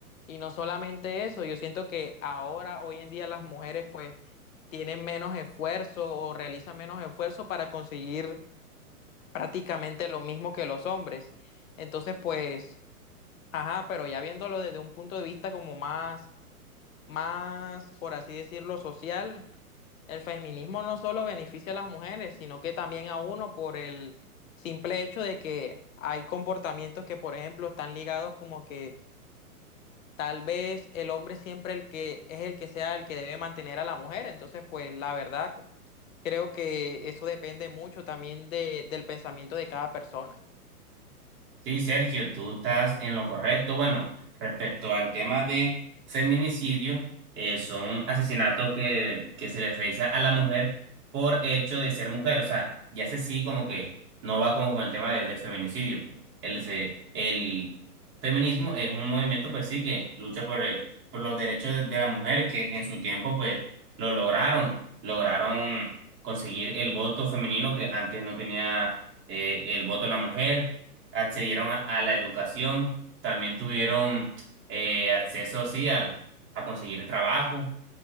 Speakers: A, on the left; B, on the right.
A: Y no solamente eso, yo siento que ahora, hoy en día, las mujeres, pues, tienen menos esfuerzo o realizan menos esfuerzo para conseguir prácticamente lo mismo que los hombres. Entonces, pues, ajá, pero ya viéndolo desde un punto de vista como más, más, por así decirlo, social el feminismo no solo beneficia a las mujeres, sino que también a uno por el simple hecho de que hay comportamientos que, por ejemplo, están ligados como que tal vez el hombre siempre el que es el que sea el que debe mantener a la mujer. Entonces, pues la verdad, creo que eso depende mucho también de- del pensamiento de cada persona.
B: Sí, Sergio, tú estás en lo correcto. Bueno, respecto al tema de feminicidio, eh, son asesinatos que, que se les realiza a la mujer por hecho de ser mujer. O sea, ya sé sí como que no va como con el tema de, de feminicidio. El, fe- el feminismo es un movimiento, pues sí, que lucha por, el- por los derechos de, de la mujer, que en su tiempo, pues, lo lograron. Lograron conseguir el voto femenino que antes no tenía eh, el voto la mujer accedieron a, a la educación, también tuvieron eh, acceso sí, al, a conseguir trabajo.